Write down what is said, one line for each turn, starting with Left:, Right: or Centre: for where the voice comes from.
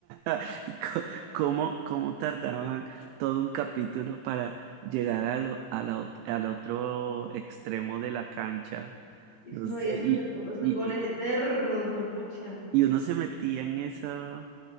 Right: <laughs> y co- cómo, cómo tardaban todo un capítulo para llegar a lo- a la ot- al otro extremo de la cancha.
Left: Y
Right: No
Left: No,
Right: sé,
Left: y esos,
Right: y,
Left: esos
Right: y,
Left: goles
Right: y
Left: eternos, me pucha.
Right: y uno se metía en esa,